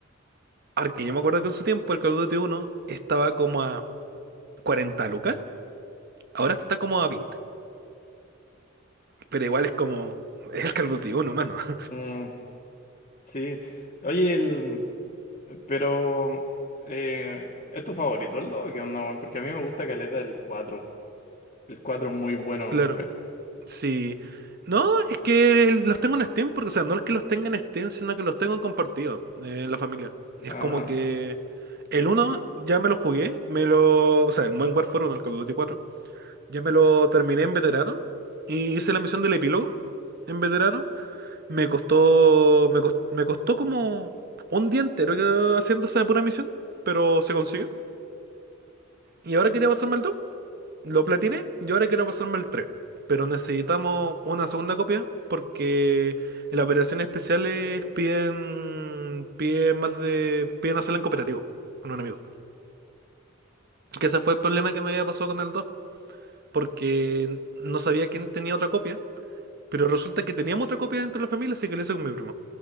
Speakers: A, on the right (about 50°); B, on the left (about 35°).
A: Ahora yo me acuerdo que en su tiempo el Call of Duty uno estaba como a 40 lucas, ahora está como a veinte Pero igual es como, es el Call of Duty uno mano. <laughs>
B: Mm, sí. Oye, el, Pero, eh, ¿es tu favorito el 2 o qué onda, weón? Porque a mí me gusta caleta del cuatro El 4 es muy bueno.
A: Claro,
B: El-
A: sí. No, es que los tengo en Steam, porque, o sea, no es que los tenga en Steam, sino que los tengo en compartido eh, en la familia. es
B: Ah,
A: como que el uno ya me lo jugué, me lo, o sea, el Modern Warfare 1, el Call of Duty cuatro ya me lo terminé en veterano y hice la misión del epílogo en veterano. Me costó, me cos- me costó como un día entero eh, haciendo esa pura misión, pero se consiguió. Y ahora quería pasarme el 2. Lo platiné y ahora quiero pasarme el tres, Pero necesitamos una segunda copia porque en las operaciones especiales piden, piden más de, piden hacerla en cooperativo con un amigo. Que ese fue el problema que me había pasado con el 2, Porque no sabía quién tenía otra copia. Pero resulta que teníamos otra copia dentro de la familia, así que lo hice con mi primo.